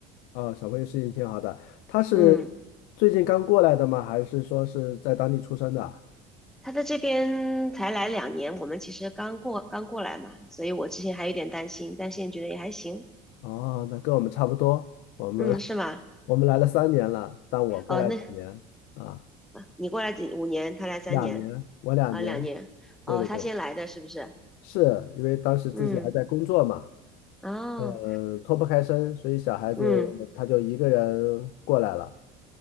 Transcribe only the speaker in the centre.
嗯，
他在这边才来两年，我们其实刚过刚过来嘛，所以我之前还有点担心，但现在觉得也还行。
嗯，
是吗？
哦，那你过来几五年，他来三年
啊，两年。哦，
他先来的是不是？
嗯，哦，
嗯，